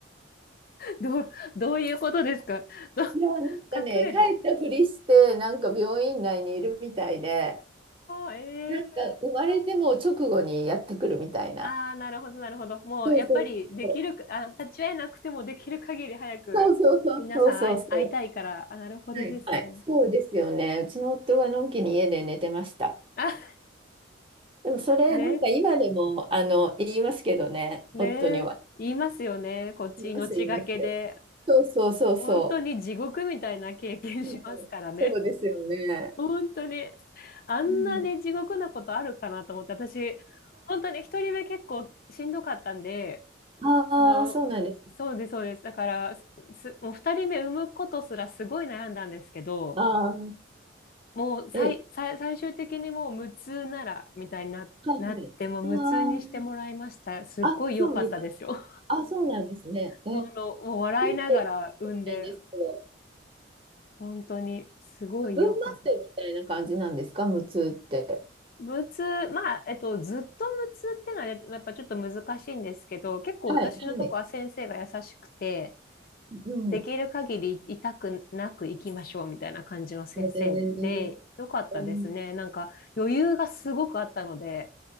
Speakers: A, on the left; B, on the right.
A: どう、どういうことですかど
B: <laughs>
A: <laughs>
B: いやなんかね帰ったふりしてなんか病院内にいるみたいで
A: 隠れて。ああ、
B: なんか生まれても直後にやってくるみたいな。
A: ええああー、なるほど、なるほど。もう、
B: そうそうそう
A: やっぱり、できるか、あ、立ち会えなくてもできる限り早く、
B: そうそうそうそうそうそう。
A: 皆さん会い、会いたいから、あ、なるほどですね。
B: はい、はい、そうですよね。うちの夫はのんきに家で寝てました。
A: あ、
B: でもそれ、
A: ね。
B: なんか今でも、あの、言いますけどね、
A: ねえ、
B: 夫には。
A: 言いますよね。こっち命がけで。
B: 言います、言います。そうそうそうそ
A: 本当に地獄みたいな経験しますからね。
B: う。うんそうですよね。
A: 本当に。あんなに地獄なことあるかなと思って、
B: うん、
A: 私、本当に一人目結構しんどかったんで、
B: ああ、
A: あの、
B: そうなんです。
A: そうです、そうです。だから、す、すもう二人目産むことすらすごい悩んだんですけど、
B: ああ、
A: もう最、
B: え、
A: 最、最終的にもう無痛なら、みたいにな、
B: はいはい。
A: なって、もう無痛にしてもらいました。
B: あ
A: すっごい良かったですよ。
B: あ、あ、そう、似た。あ、そうなんですね。え、
A: もうあの、もう笑いながら産んで、
B: 無痛ってないんですけど、
A: 本当にすごい良かった。
B: 部分麻酔みたいな感じなんですか、無痛って。
A: 無痛、まあ、えっと、ずっと無痛ってのはねやっぱちょっと難しいんですけど、結構私のとこは先生が優しくて、
B: はい、はい。うん。
A: できる限り痛くなく行きましょうみたいな感じの先生で、
B: えー、
A: 良かったですね。
B: こん
A: なんか余裕がすごくあったので、